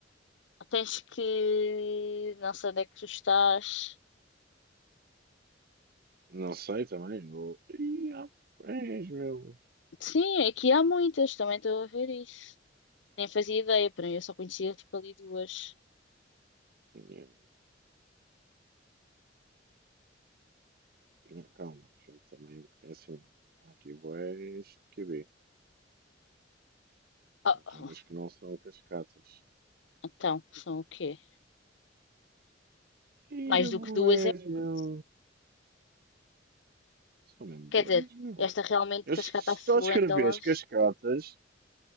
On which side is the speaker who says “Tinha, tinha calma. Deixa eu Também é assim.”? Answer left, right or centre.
Right